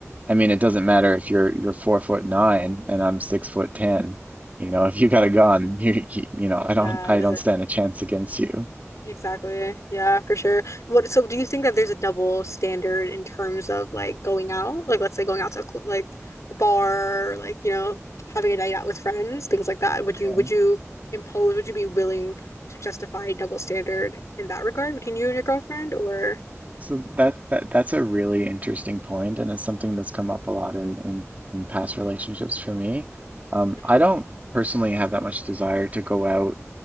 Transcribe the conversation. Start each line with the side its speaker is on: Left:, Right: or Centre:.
Right: I mean, it doesn't
Left: Mm,
Right: matter if you're you're four foot nine and I'm six foot ten. You know, if you got a gun, <laughs> you you you know, I don't
Left: yeah,
Right: I
Left: it isn't
Right: don't stand a chance against you.
Left: exactly. Yeah, for sure. What, so do you think that there's a double standard in terms of like going out? Like, let's say going out to a cl- like a bar, or, like, you know, having a night out with friends, things like that. Would
Right: Yeah.
Left: you, would you impose, would you be willing to justify a double standard in that regard between you and your girlfriend or?
Right: So that that that's a really interesting point, and it's something that's come up a lot in in in past relationships for me. Um,
Left: Mhm,
Right: I don't personally have that much desire to go out